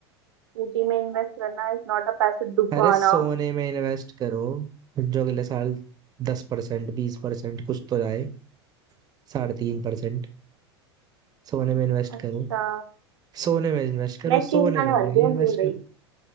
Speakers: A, on the right; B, on the right.
A: स्कूटी में इन्वेस्ट करना इज नॉट अ पैसे डुबाना
B: अरे सोने में इन्वेस्ट करो जो अगले साल दस परसेंट बीस परसेंट कुछ तो आए साढ़े तीन परसेंट सोने में इन्वेस्ट
A: अच्छा
B: करो सोने में इन्वेस्ट करो
A: मैं एक
B: सोने
A: चीज बताने
B: में
A: वाली
B: मैं नहीं
A: थी मैं
B: इन्वेस्ट
A: भूल गई
B: करो